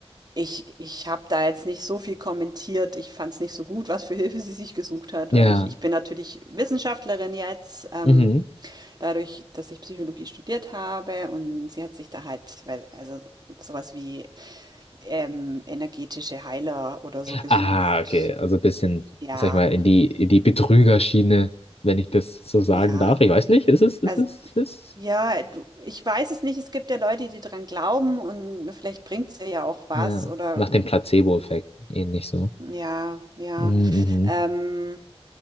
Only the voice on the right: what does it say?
Ich ich habe da jetzt nicht so viel kommentiert. Ich fand es nicht so gut, was für Hilfe sie sich gesucht hat,
weil ich ich bin natürlich Wissenschaftlerin jetzt, ähm,
dadurch, dass ich Psychologie studiert habe und sie hat sich da halt, weil also sowas wie, ähm, energetische Heiler oder so gesucht.
Ja,
ja.
Also,
ja, du ich weiß es nicht. Es gibt ja Leute, die dran glauben und vielleicht bringt's ihr ja auch was
oder
ja, ja.
Ähm.